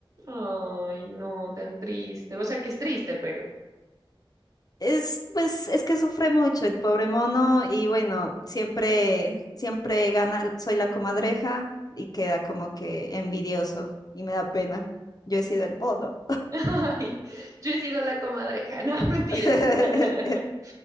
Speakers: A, on the right; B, on the left.
A: Ay, no, tan triste. O sea que es triste, pero.
B: Es, pues, es que sufre mucho el pobre mono y bueno, siempre, siempre gana, soy la comadreja y queda como que envidioso y me da pena. Yo he sido el mono.
A: <laughs> Ay, yo he sido la comadreja, no, mentiras.
B: <laughs>
A: <laughs>